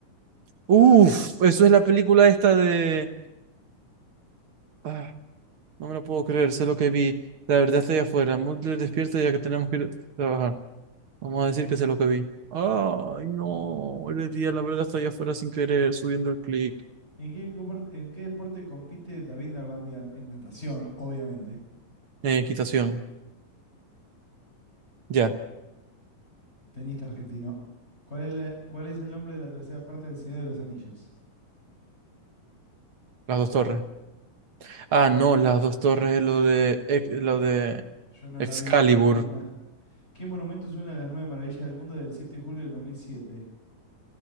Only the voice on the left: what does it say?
¿En qué, compor- en qué deporte compite David Nalbandian? En natación, obviamente.
Tenista argentino. ¿Cuál es, la- cuál es el nombre de la tercera parte del Señor de los Anillos?
Yo no
la vi, ninguna. ¿Qué monumento es una de las nueve maravillas del mundo del 7 de julio del 2007?